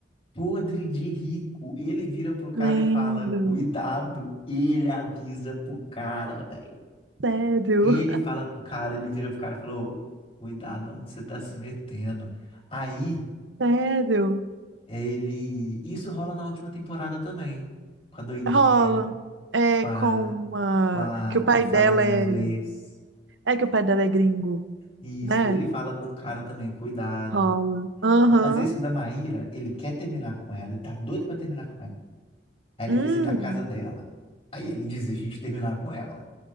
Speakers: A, on the left; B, on the right.
A: podre de rico. Ele vira pro cara
B: Lembro.
A: e fala: Cuidado. Ele avisa pro cara, velho.
B: Sério,
A: Ele fala pro cara, ele vira pro cara e fala: "Ô, Cuidado, onde você tá se metendo. Aí,
B: sério.
A: ele. Isso rola na última temporada também. Com a doidinha,
B: Rola. É
A: com a,
B: com uma.
A: com a
B: Que o pai
A: que fala
B: dela
A: meu
B: é.
A: inglês.
B: É que o pai dela é gringo,
A: Isso,
B: né?
A: ele fala com o cara também: Cuidado.
B: Rola. Aham.
A: Não, mas esse da Maíra, ele quer terminar com ela, ele tá doido pra terminar com ela. Aí ele
B: Hum,
A: visita a casa dela. Aí ele desiste de terminar com ela.